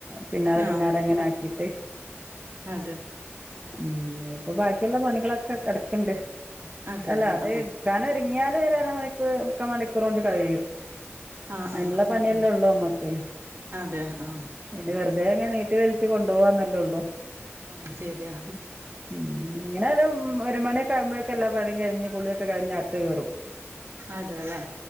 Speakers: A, on the right; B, on the right.
A: പിന്നാലെ പിന്നാലെങ്ങനാക്കീട്ട്
B: ആഹ് അതെ
A: ഉം ഇഞ്ഞിപ്പൊ ബാക്കിള്ള പണികളൊക്കെ കെട്ക്ക്ണ്ട്.
B: അതെല്ലേ
A: അല്ല അത്
B: ആഹ്
A: എടുക്കാനൊര്ങ്ങിയാല് ഒരരമണിക്കൂർ മുക്കാ മണിക്കൂറോണ്ട് കഴിയും.
B: ആഹ്
A: അയ്ന്ള്ള
B: ആഹ്
A: പണിയെല്ലൊള്ളൂമ്മക്ക്.
B: അതെ ആഹ്
A: അയ്നെ വെറുതെങ്ങനെ നീട്ടി വലിച്ച് കൊണ്ടോവാന്നല്ലൊള്ളു.
B: ആഹ് ശരിയാ
A: ഉം എങ്ങനെയാലും ഒരു മണിക്കാവുമ്പഴ്ക്കെല്ലാ പണിം കഴിഞ് കുളിയൊക്കെ കഴിഞ്ഞ് അകത്ത് കയറും.
B: അതേല്ലേ?